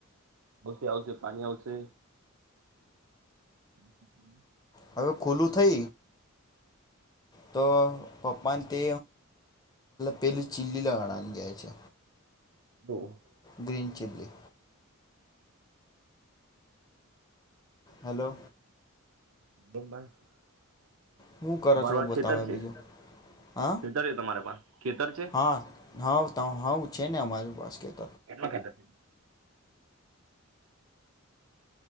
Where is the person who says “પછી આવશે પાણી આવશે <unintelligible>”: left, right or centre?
Right